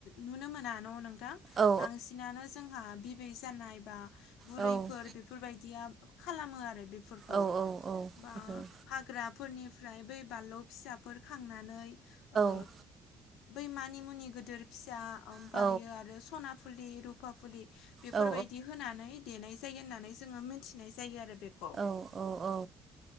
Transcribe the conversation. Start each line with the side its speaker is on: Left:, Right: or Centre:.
Left: नुनो मोना न' नों थां
Right: औ
Left: बांसिनानो जोंहा बिबै जानाय बा बुरैफोर
Right: औ
Left: बे फोरबायदिया खालामो आरो बेफोरखौ
Right: औ औ औ
Left: बा
Right: बेफोर
Left: हाग्राफोरनिफ्राय बै बानलु फिसाफोर खांनानै ओ
Right: औ
Left: बै मानि मुनि गोदोर फिसा ओमफ्रायो
Right: औ
Left: आरो सना फुलि रुफा फुलि बेफोरबायदि
Right: औ
Left: होनानै देनाय जायो होननानै जोङो मिथिनाय जायो आरो बेखौ
Right: औ औ औ